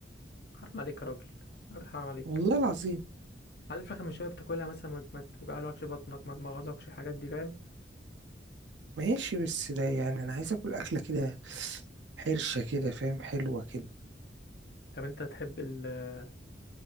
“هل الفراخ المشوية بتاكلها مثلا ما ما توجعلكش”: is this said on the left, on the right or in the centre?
Left